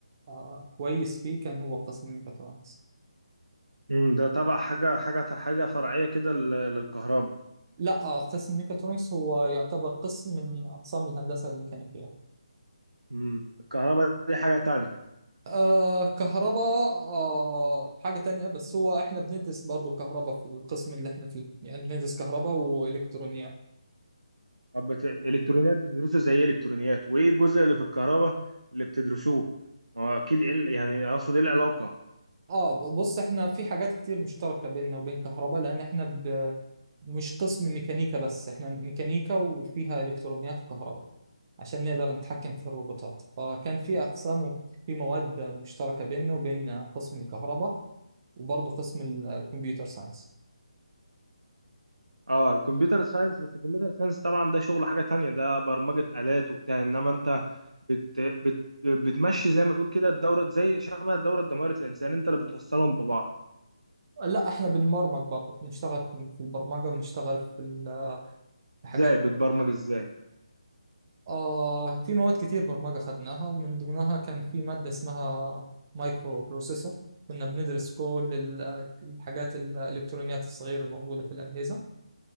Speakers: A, on the right; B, on the right.
A: آه، كويس فيه كان هو قسم ميكاترونكس
B: امم ده تبع حاجة حاجة حاجة فرعية كده لل- للكهرباء
A: لا آه، قسم ميكاترونكس هو يعتبر قسم من أقسام الهندسة الميكانيكية
B: امم الكهرباء دي حاجة تانية
A: آه كهرباء آه حاجة تانية بس هو احنا بندرس برضو كهرباء في القسم اللي احنا فيه يعني بندرس كهرباء وإلكترونيات
B: طب بت... الإلكترونيات بتدرسوا زي إيه إلكترونيات وإيه الجزء اللي في الكهرباء اللي بتدرسوه ما هو أكيد إيه ال- يعني أقصد إيه العلاقة
A: اه بص احنا في حاجات كتير مشتركة بيننا وبين كهرباء لان احنا ب... مش قسم ميكانيكا بس احنا ميكانيكا وفيها الكترونيات وكهرباء عشان نقدر نتحكم في الروبوتات فكان في اقسام وفي مواد مشتركة بيننا وبين قسم الكهرباء وبرضه قسم ال- الكمبيوتر ساينس
B: أه الكمبيوتر ساينس بس الكمبيوتر ساينس طبعا ده شغل حاجة تانية ده برمجة آلات وبتاع إنما أنت بت... بت... بتمشي زي ما تقول كده الدورة زي شبه الدورة الدموية اللي في الإنسان أنت اللي بتوصلهم ببعض
A: لا احنا بنبرمج برضه بنشتغل في في البرمجة بنشتغل في ال- في
B: إزاي
A: حاجات
B: بتبرمج إزاي
A: آه في مواد كتير برمجة خدناها ومن ضمنها كان في مادة اسمها مايكرو بروسيسور كنا بندرس كل ال- الحاجات الإلكترونيات الصغيرة الموجودة في الأجهزة